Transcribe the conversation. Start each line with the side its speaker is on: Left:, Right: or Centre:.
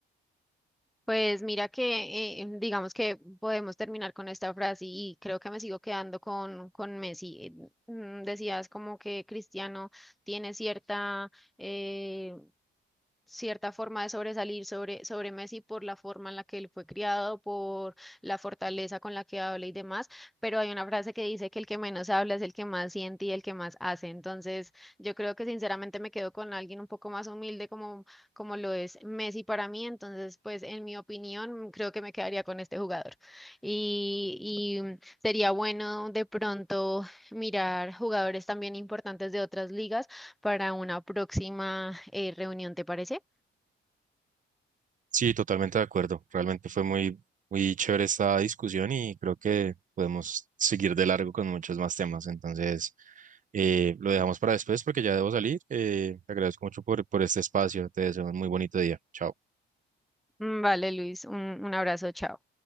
Centre: Pues mira que eh, digamos que podemos terminar con esta frase y creo que me sigo quedando con, con Messi. Eh, mm, Decías como que Cristiano tiene cierta eh, cierta forma de sobresalir sobre, sobre Messi por la forma en la que él fue criado, por la fortaleza con la que habla y demás, pero hay una frase que dice que el que menos habla es el que más siente y el que más hace. Entonces, yo creo que sinceramente me quedo con alguien un poco más humilde como, como lo es Messi para mí. Entonces, pues en mi opinión, creo que me quedaría con este jugador. Y, y sería bueno de pronto mirar jugadores también importantes de otras ligas para una próxima eh, reunión, ¿te parece?
Right: Sí, totalmente de acuerdo. Realmente fue muy, muy chévere esta discusión y creo que podemos seguir de largo con muchos más temas. Entonces, eh, lo dejamos para después porque ya debo salir. Eh, te agradezco mucho por, por este espacio. Te deseo un muy bonito día. Chao.
Centre: Mm, Vale, Luis, un, un abrazo, chao.